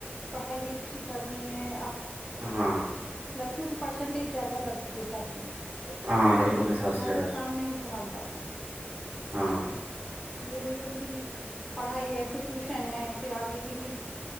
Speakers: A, on the left; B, on the right.
A: پڑھائی بھی اچھی کر رہی ہیں اب
B: ہاں
A: کیونکہ پرسنٹیج زیادہ ہے لڑکوں کے حساب سے
B: ہاں
A: تو وہی
B: لڑکوں کے حساب سے
A: گھر
B: زیادہ
A: کا
B: ہے۔
A: کام نہیں سنبھال پاتی
B: ہاں
A: یہ وہی ان کی بھی پڑھائی ہے پھر ٹیوشن ہے پھر آگے کی بھی